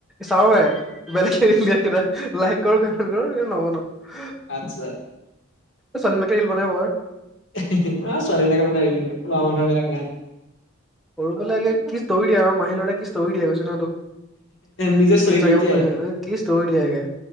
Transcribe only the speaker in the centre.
চাও হে বেলেগে ৰিল দিয়া কেইটা লাইক কৰো কমেণ্ট কৰো কিন্তু নবনাও
ছোৱালী বিলাকহে ৰিল বনাই
সৰু পালাইগে কি ষ্টৰি দিয়ে আৰু মাহী লৰা কি ষ্টৰি দিয়ে কৈছোঁ নহয় তোক।
ইনষ্টাগ্ৰাম
খুলি নি কি ষ্টৰি দিয়ে একে।